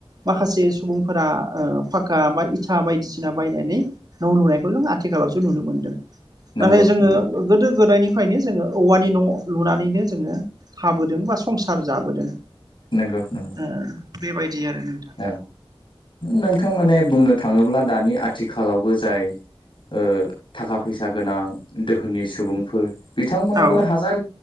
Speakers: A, on the right (about 40°); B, on the left (about 55°).
A: माखासे सुबुंफोरा ओ फाक्का बा इ बायदिसिना बायनानै न' नुनायखौ जों आथिखालावसो नुनो मोन्दों।
B: नंगौ
A: नाथाय जोङो
B: नंगौ
A: गोदो गोद निफ्रायनो जोङो औवानि न' लुनानैनो जोङो थाबोदों बा संसार जाबोदों
B: नंगौ नंगौ
A: ओ बेबायदि आरो नोंथां
B: औ नोंथां माने बुंनो थाङोब्ला दानि आथिखालावबो जाय ओ थाखा फैसा गोनां दोहोनि सुबुंफोर बिथांमोनाबो
A: औ
B: हाजार